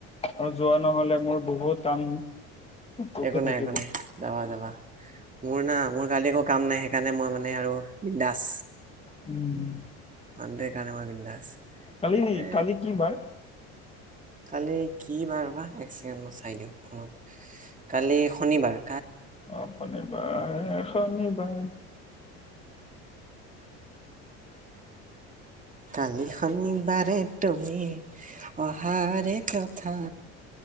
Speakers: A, on the left; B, on the right.
A: আৰু যোৱা নহলে মোৰ বহুত কাম। ৰখি
B: একো নাই
A: থাকিব
B: একো নাই যাবা যাবা মোৰ না মোৰ কালি একো কাম নাই। সেইকাৰণে মই মানে আৰু বিদাচ
A: উম
B: আনটোই কাৰণে <unintelligible> মাৰ বিন্দাস
A: কালি
B: এ।
A: কালি কি বাৰ?
B: কালি কি বাৰ বা এক ছেকেণ্ডৰ মই চাই দিওঁ ফোনত কালি শনিবাৰ।
A: অহ শনিবাৰ শনিবাৰ।
B: কালি শনিবাৰে তুমি অহাৰে কথা।